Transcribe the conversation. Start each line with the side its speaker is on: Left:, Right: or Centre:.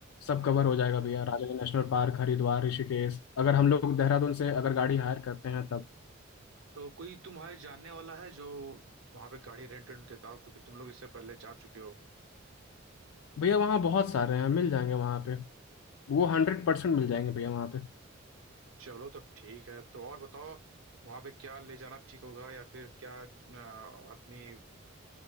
Left: सब
Right: हम्म
Left: कवर हो जाएगा भैया राजाजी नेशनल पार्क हरिद्वार ऋषिकेश अगर हम लोग देहरादून से अगर गाड़ी हायर करते हैं तब
Right: तो कोई तुम्हारे जानने वाला है जो वहां पे गाड़ी रेंट रेंट देता हो क्योंकि तुम लोग इससे पहले जा चुके हो
Left: भैया वहाँ बहुत सारे हैं मिल जाएंगे वहाँ पे वो हंड्रेड परसेंट मिल जाएंगे भैया वहाँ पे
Right: चलो तब ठीक है तो और बताओ वहां पे क्या ले जाना ठीक होगा या फिर क्या अ, आदमी अ,